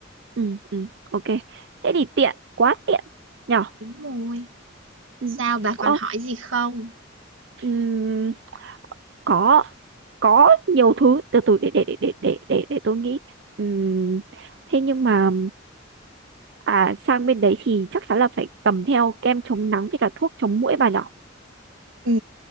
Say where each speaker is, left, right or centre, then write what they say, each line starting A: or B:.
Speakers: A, on the right; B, on the right.
A: Ừ ừ ok. Thế thì tiện, quá tiện nhở?
B: Đúng rồi.
A: Ừ.
B: Sao bà
A: Ờ,
B: còn hỏi gì không?
A: ừm, có có nhiều thứ từ từ để để để để để để, để tôi nghĩ Ừm, thế nhưng mà à sang bên đấy thì chắc chắn là phải cầm theo kem chống nắng với cả thuốc chống muỗi bà nhở
B: Ừ.